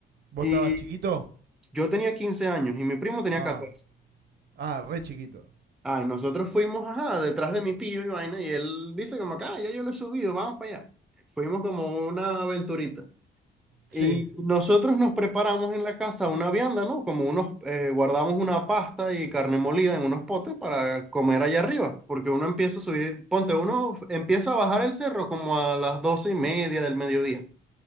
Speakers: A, on the right (about 55°); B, in the centre.
A: ¿Vos
B: Y
A: estabas chiquito?
B: yo tenía 15 años y mi primo tenía
A: Ah,
B: 14.
A: ah, re chiquito.
B: Ay, nosotros fuimos, ajá, detrás de mi tío y vaina, y él dice como que, ah, ya yo lo he subido, vamos para allá. Fuimos como una aventurita.
A: Sí,
B: Y nosotros nos preparamos en la casa una vianda, ¿no? Como unos, eh, guardamos una pasta y carne molida en unos potes para comer allá arriba, porque uno empieza a subir, ponte, uno empieza a bajar el cerro como a las doce y media del mediodía,